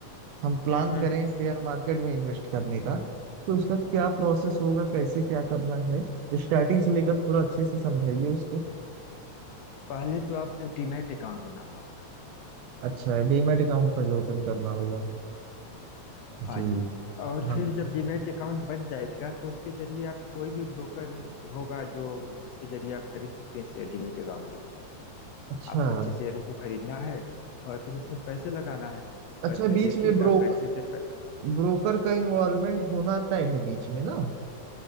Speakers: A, on the right; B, on the left.
A: हम प्लान
B: हम्म,
A: करें शेयर मार्केट में इन्वेस्ट करने का तो उसका क्या प्रोसेस होगा कैसे क्या करना है स्टार्टिंग से लेकर थोड़ा अच्छे से समझाइए उसके
B: पहले तो आपको डीमैट अकाउंट बनाना होगा
A: अच्छा डीमैट अकाउंट पहले ओपन करना होगा
B: हाँ
A: जी
B: जी और
A: हाँ
B: फिर जब डीमैट अकाउंट बन जाएगा तो उसके जरिए आप कोई भी ब्रोकर होगा जो जिसके जरिए आप खरीद सकते हैं शेयर डीमैट अकाउंट के जरिए
A: अच्छा
B: आपको अच्छे शेयरों को खरीदना है और फिर उसमें पैसे लगाना है
A: अच्छा
B: और फिर
A: बीच
B: देखिएगा
A: में ब्रो
B: पैसे से प...
A: ब्रोकर का इन्वॉल्वमेंट होना तय है बीच में ना